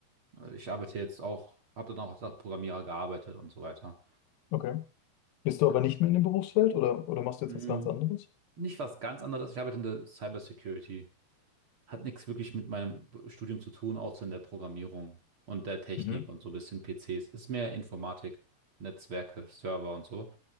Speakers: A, on the right; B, on the left.
A: ich arbeite jetzt auch, habe dann auch als Programmierer gearbeitet und so weiter.
B: Okay. Bist du
A: Ja.
B: aber nicht mehr in dem Berufsfeld oder, oder machst du jetzt
A: Mm,
B: was ganz anderes?
A: Nicht was ganz anderes, ich arbeite in der Cybersecurity. Hat nichts wirklich mit meinem Studium zu tun, außer in der Programmierung und der Technik
B: Mhm.
A: und so ein bisschen PCs. Ist mehr Informatik, Netzwerke, Server und so,